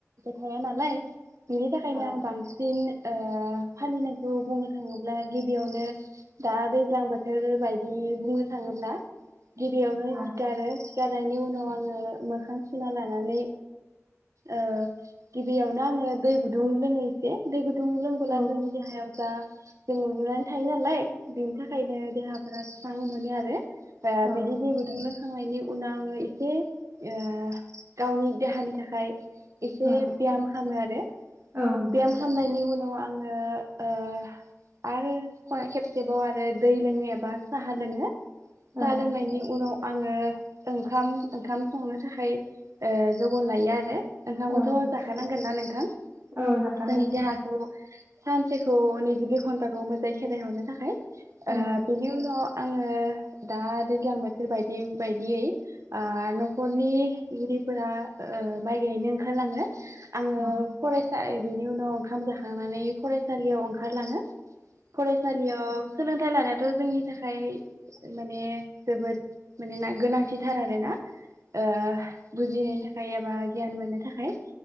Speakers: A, on the right (about 80°); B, on the right (about 55°).
A: थाया नालाय बिनि थाखायनो
B: औ
A: आं बांसिन ओ फालिनायखौ बुंनो थाङोब्ला गिबियावनो दा दैज्लां बोथोर बायदि बुंनो थाङोब्ला गिबियावनो
B: औ
A: सिखारो। सिखारनायनि उनाव आङो मोखां सुना लानानै ओ गिबियावनो आङो दै गुदुं लोङो एसे, दै गुदुं दुं लोंबोला
B: औ
A: जोंनि देहायाव जा जों उन्दुनानै थायो नालाय बिनि थाखायनो देहाफोरा स्रां मोनोआरोे। ओ
B: औ
A: बिदि दै गुदुं लों खांनायनि उनाव आङो एसे ओ गावनि देहानि थाखाय एसे
B: औ
A: ब्याम खामो आरो।
B: औ नोंथां
A: ब्याम खालामामनायनि उनाव आङो ओ आरो ख खेब सेबाव आरो दै लोङो एबा साहा लोङो। साहा
B: औ
A: लोंनायनि उनाव आङो ओंखाम ओंखाम संनो थाखाय ओ ज'गार लायो आरो ओंखामखौथ'
B: औ नोंथां
A: जाखानांगोनना नोंथां
B: औ जाखानांगोन
A: जोंनि देहाखौ सानसेखौ नैजिब्रै घन्टाखौ मोजाङै खेदाय हरनो थाखाय ओ
B: औ
A: बिनि उनाव आङो दा दैज्लां बोथोर बायदि बायदियै न'खरनि गिरिफोरा ओ माइ गायैनो ओंखारलाङो। आङो
B: औ
A: फराय फ्राय बेनि उनाव ओंखाम जाखांनानै फरायसालियाव ओंखारलाङो फराय सालियाव सोलोंथाइ लानायाथ' जोंनि थाखाय माने जोबोद माने गोनांथिथार आरोना ओ बुजिनायनि थाखाय एबा गियान मोननो थाखाय